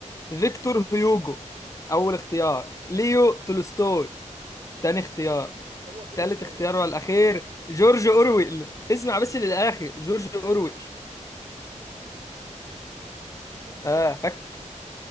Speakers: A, on the left; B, on the right.
A: فيكتور هيوجو اول اختيار ليو تولستوي
B: ماشي ماشي
A: تاني اختيار
B: هو تولستوي
A: تالت اختيار
B: ده
A: والاخير جورج اورويل اسمع بس للاخر جورج اورويل
B: امم بس كده
A: اه فك